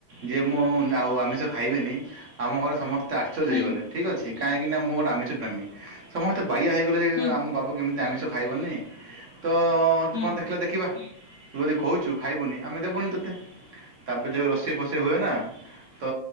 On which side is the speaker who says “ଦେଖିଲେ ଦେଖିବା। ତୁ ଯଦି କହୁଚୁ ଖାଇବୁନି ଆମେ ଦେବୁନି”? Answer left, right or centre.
Right